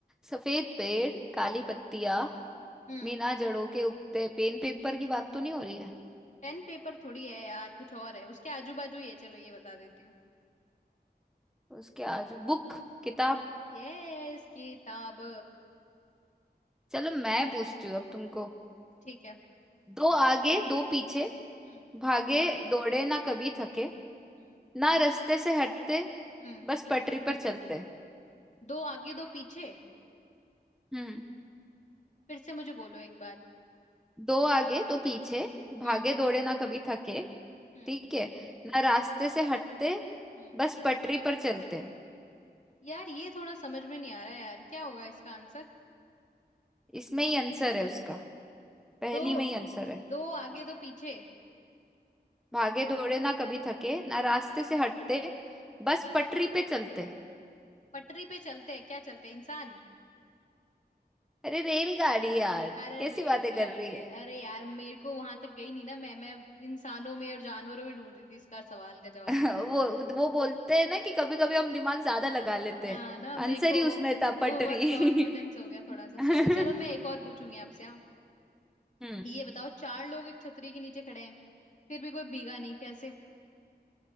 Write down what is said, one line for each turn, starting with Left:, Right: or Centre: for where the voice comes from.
Centre: सफेद पेड़ काली पत्तियां
Left: हम्म
Centre: बिना जड़ों के उगते पेन पेपर की बात तो नहीं हो रही है
Left: पेन पेपर थोड़ी है यार कुछ और है उसके आजू बाजू ये चलो ये बता देती हूँ
Centre: उसके आजू बुक किताब
Left: यस किताब
Centre: चलो मैं पूछती हूँ अब तुमको
Left: ठीक है
Centre: दो आगे दो पीछे
Left: हम्म
Centre: भागे दौड़े ना कभी थके
Left: हम्म
Centre: ना रास्ते से हटते
Left: हम्म
Centre: बस पटरी पर चलते
Left: दो आगे दो पीछे
Centre: हम्म
Left: फिर से मुझे बोलो एक बार
Centre: दो आगे दो पीछे भागे
Left: हम्म
Centre: दौड़े ना कभी थके
Left: हम्म
Centre: ठीक है ना रास्ते से हटते
Left: हम्म
Centre: बस पटरी पर चलते
Left: यार ये थोड़ा समझ में नहीं आ रहा है यार क्या होगा इसका आंसर
Centre: इसमें ही आंसर है उसका पहली
Left: दो
Centre: में ही आंसर है
Left: दो आगे दो पीछे
Centre: भागे दौड़े ना कभी थके ना रास्ते से हटते बस पटरी पे चलते
Left: पटरी पे चलते हैं क्या चलते हैं इंसान
Centre: अरे रेलगाड़ी यार
Left: अरे
Centre: कैसी
Left: रेलगाड़ी
Centre: बातें कर रही है
Left: अरे यार मेरे को वहां तक गई नहीं ना मैं मैं इंसानों में और जानवरों में ढूंढ रही थी इसका सवाल का जवाब
Centre: <laughs> वो वो बोलते हैं ना कि कभी कभी हम दिमाग ज्यादा लगा लेते
Left: हाँ
Centre: हैं
Left: ना मेरे
Centre: आंसर
Left: को
Centre: ही उसमें था पटरी
Left: ओवर कॉन्फिडेंस हो गया थोड़ा
Centre: <laughs> हम्म
Left: सा सॉरी चलो मैं एक और पूछूंगी आपसे हाँ?
Centre: हम्म
Left: ये बताओ चार लोग एक छतरी के नीचे खड़े हैं फिर भी कोई भीगा नहीं कैसे